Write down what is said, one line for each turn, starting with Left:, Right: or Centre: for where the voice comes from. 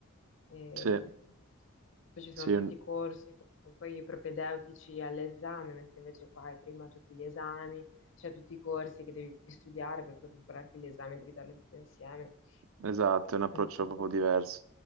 Left: e
Right: Sì,
Left: poi ci sono
Right: sì,
Left: tutti i corsi, con poi i propedeutici all'esame, mentre invece qua hai prima tutti gli esami, cioè tutti i corsi che devi studiare per poi prepararti l'esame, devi darli tutti insieme.
Right: Esatto, è un
Left: È
Right: approccio
Left: un
Right: proprio
Left: po',
Right: diverso.